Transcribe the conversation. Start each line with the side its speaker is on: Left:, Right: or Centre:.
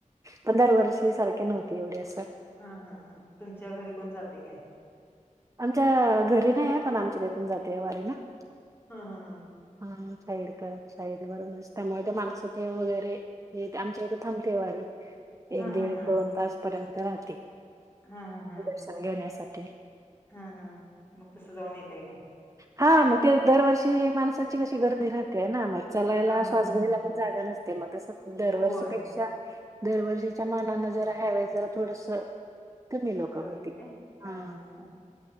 Right: पण दरवर्षी सारखी नव्हती एवढी असं.
Left: हा हा हा तुमच्या घरी कोण जाते काय?
Right: आमच्या घरी नाही आहे पण आमच्या ईथून जाते वारी ला.
Left: हा हा हा.
Right: हा साईड कर साईड वरूनच त्यामुळे ते माणसाते वगैरे हे आमच्या इथे थांबते वारी,
Left: हा
Right: एक दीड
Left: हा हा
Right: दोन तास पर्यंत राहते.
Left: हा हा हा.
Right: <unintelligible> शिक्षण घेण्यासाठी.
Left: हम म मग तस जाऊन येतय काय?
Right: हा मग ते दरवर्षी माणसाची कशी गर्दी राहते ना, मग चलायला
Left: हा हा
Right: श्वास
Left: हा
Right: घ्यायला
Left: हा
Right: जागा नसते, मग तस दरवर्षीपेक्षा
Left: होय
Right: दरवर्षीच्या मानान जरा ह्यावेळी जरा थोडस कमी लोक होती.
Left: आहे काय हा
Right: हम.
Left: हा हा